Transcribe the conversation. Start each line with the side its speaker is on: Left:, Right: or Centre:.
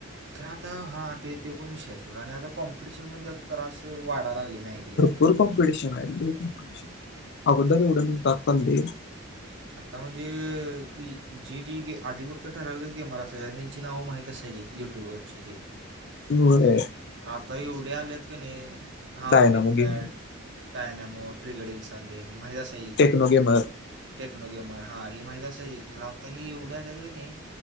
Right: तर आता हा ते तो पण शेय सोडा आणि आता कॉम्पिटिशन पण त्यात त्रास व वाढाला लागले मीकले
Left: र कॉंपिटेशन आहे इल् कॉपटेशन आहे उद्दे उडन तपंदली
Right: आत्ता म्हणजे ई जे जी गे आधी फक्त ठराविक गेमर अस आणि त्यांची नावं माहीत असायची. यूट्यूब वरची ते
Left: पिव्वर हे.
Right: आता एवढे आलेत का नाही हा
Left: डायनामो
Right: मितपॅठ
Left: गेमिंग
Right: टयनमो ट्रिगडन सांंदेन महिदा सयितती
Left: टेक्नो गेमर
Right: <unintelligible> टेक्नो गेमर हा ही माहित असायची तर आता हि एवढ्या आल्यात का नाही